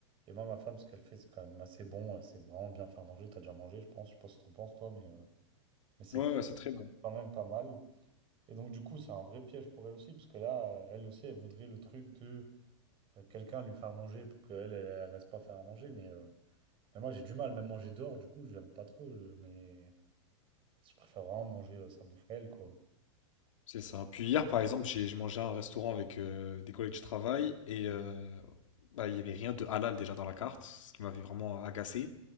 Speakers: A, on the right (about 30°); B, on the left (about 80°).
A: Et moi, ma femme, ce qu'elle fait, c'est quand même assez bon. Elle sait vraiment bien faire manger. T'as déjà mangé, je pense. Je sais pas si t'en penses, toi, mais, euh, mais c'est
B: Ouais, ouais, c'est très bon.
A: quand même pas mal. Et donc, du coup, c'est un vrai piège pour elle aussi, parce que là, euh, elle aussi, elle voudrait le truc de. euh, quelqu'un lui faire manger pour qu'elle, elle, elle reste pas faire à manger. Mais, euh, mais moi, j'ai du mal, même manger dehors, du coup, j'aime pas trop. euh, mais je préfère vraiment manger euh, sa bouffe à elle, quoi.
B: C'est ça. Puis hier, par exemple, j'ai j'ai mangé à un restaurant avec euh, des collègues de travail et euh, bah, il y avait rien de halal déjà dans la carte, ce qui m'avait vraiment agacé.